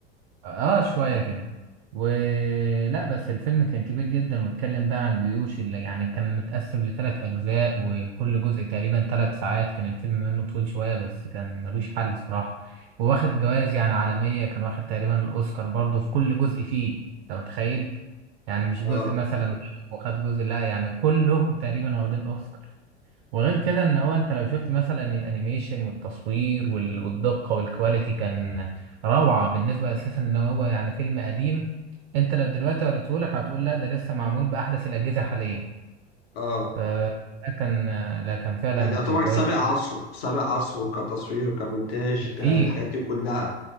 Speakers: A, on the right; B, on the left.
A: اه شوية كده ولا بس الفيلم كان كبير جدا واتكلم بقى عن جيوش اللي يعني كان متقسم لثلاث أجزاء وكل جزء تقريبا ثلاث ساعات كان الفيلم منه طويل شوية بس كان ملوش حل صراحة وواخد جوائز يعني عالمية كان واخد تقريبا الأوسكار برضه في كل جزء فيه أنت متخيل يعني مش
B: اه
A: جزء مثلا واخد جزء لا يعني كلهم تقريبا واخدين أوسكار وغير كده ان هو انت لو شفت مثلا الانيميشن والتصوير وال- والدقة والكواليتي كان روعة بالنسبة اساسا ان هو يعني فيلم قديم انت لو دلوقتي وريتهولك هتقول لا ده لسه معمول بأحدث الأجهزة حاليا
B: اه
A: فده كان لا كان فعلا
B: كان يعتبر
A: كان كويس
B: سابق
A: جدا
B: عصره سابق عصره كتصوير كمونتاج
A: كتير
B: كالحاجات دي كلها